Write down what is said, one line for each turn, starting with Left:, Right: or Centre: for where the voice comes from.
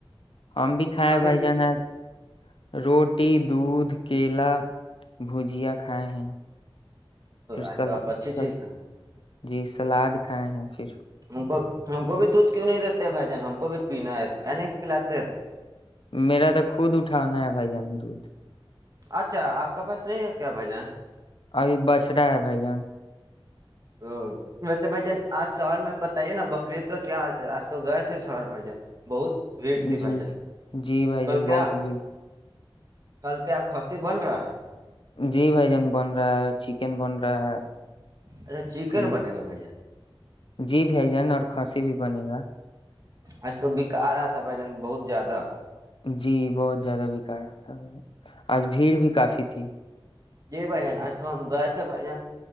Left: ہم بھی کھائے
Right: ابھی
Left: بھائی جان آج روٹی دودھ کیلا بھجیا کھائے ہیں پھر
Right: آج
Left: س
Right: تو آپ اچھی چیز کھا
Left: جی سلاد کھائے ہیں پھر
Right: ہم کو ہم کو بھی دودھ کیوں نہیں دیتے بھائی جان ہم کو بھی پینا ہے ک نہیں پیلاتے
Left: میرا تو خود اٹھانا ہے بھائی جان دھ
Right: اچھا آپ کا پاس نہیں ہے کیا بھائی جان
Left: ابھی بچھڑا ہے بھائی جان
Right: ا ویسے بھائی جان آج شہر میں بتائیے نا بقرریید کا کیا حال چال آج تو گئے تھے شہر بھائی جان بہت بھیڑ تھی
Left: جی
Right: بھائی جان
Left: جی بھائی
Right: کلکے
Left: جان بہت بھی
Right: کل کیا کسی بن رہا ہے
Left: جی بھائی جان بن رہا ہے چکن بن رہا ہے
Right: اچھا چکن
Left: پھر
Right: بنے گا بھیا
Left: جی بھیھ جان اور کھانسی بھی بنے گا
Right: آج تو بکارا تھا بھجن بہت زیادہ
Left: جی بہت زیادہ بکار رہا تھا آج بھیڑ بھی کافی تھی
Right: جی بھائی جان آج تو ہم گئے تھے بھائی جان